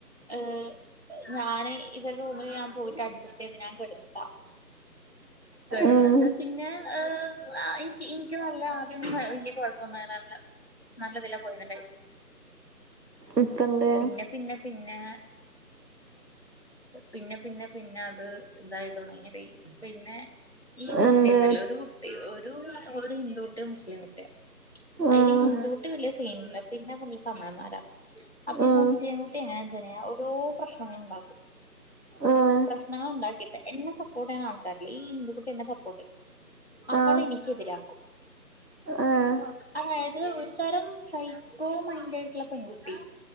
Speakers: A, on the left (about 40°); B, on the right (about 75°).
A: ഏയ് ഞാന് ഇവരുടെ റൂമിൽ ഞാൻ പോയിട്ട് അഡ്ജസ്റ്റ് ചെയ്ത് ഞാൻ കിടക്കുക കെടന്നിട്ട്
B: ഉം
A: പിന്നെ ഏയ് അഹ് എനിക്ക് എനിക്ക് നല്ല ആദ്യം ഒക്കെ വല്യ കൊഴപ്പൊന്നും <unintelligible> നല്ലത് അല്ലാ പൊയിനത്
B: ഇപ്പ എന്ത്
A: പിന്നെ പിന്നെ. പിന്നെ പിന്നെ പിന്നെ അത് ഇതായി തുടങ്ങി ഡി പിന്നെ ഈ കുട്ടിന്നല്ലേ
B: എന്ത്
A: ഒരു കുട്ടി ഒരു ഒരു ഹിന്ദു കുട്ടിയോ മുസ്ലിം കുട്ടിയാ അയില്
B: ആഹ്
A: ഹിന്ദു കുട്ടി വലിയ സീനില്ല പിന്നെ ഫുൾ തമിഴ്ന്മാര. അപ്പൊ
B: ആഹ്
A: ഈ മുസ്ലിംകൂട്ടി എങ്ങനാ ചെയ്ഞ്ഞാൽ ഓരോ പ്രശ്നങ്ങൾ ഉണ്ടാക്കും.
B: ആഹ്
A: പ്രശ്നങ്ങള ഉണ്ടാക്കയിട്ട് എന്നെ സപ്പോർട്ട്ചെയ്യാൻ ആൾക്കാരില്ല ഈ ഇന്ത്കുട്ടി എന്നെ സപ്പോർട്ട് ചെയ്യും. അവളെ
B: ആഹ്
A: എനിക്കെതിരാക്കും.
B: ആഹ്
A: അതായത് ഒരു തരം സൈക്കോ മയിന്റ് ആയിട്ടുള്ള പെൺകുട്ടി